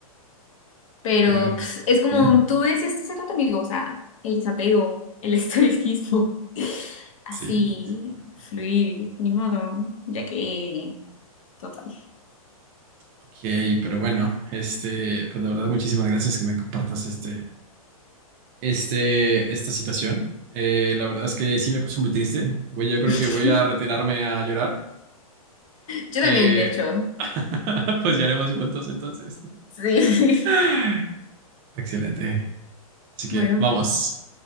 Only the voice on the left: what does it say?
Pero
pues, es como
tú decías hace rato, amigo, o sea, el desapego, el estoicismo, <laughs> así,
fluir, ni modo, ya que, total.
<laughs>
Yo
también, de hecho,
sí.
<laughs> Bueno.